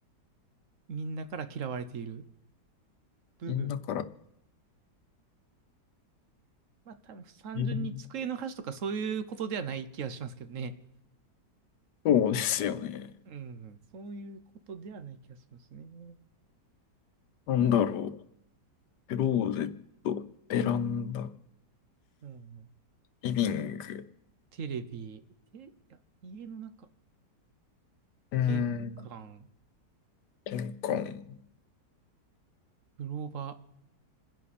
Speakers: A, on the right; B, on the left.
A: みんなから嫌われている部分。
B: みんなから。
A: まあ多分単純に机の端とかそういうことではない気がしますけどね。
B: えーそうですよね。
A: うん、そういうことではない気がしますね。
B: なんだろう。
A: なんだ、
B: クローゼット、ベランダ、
A: うん、
B: リビング、
A: テレビ、テ、いや、家の中、
B: うー
A: 玄関、
B: ん、玄関、
A: 風呂場、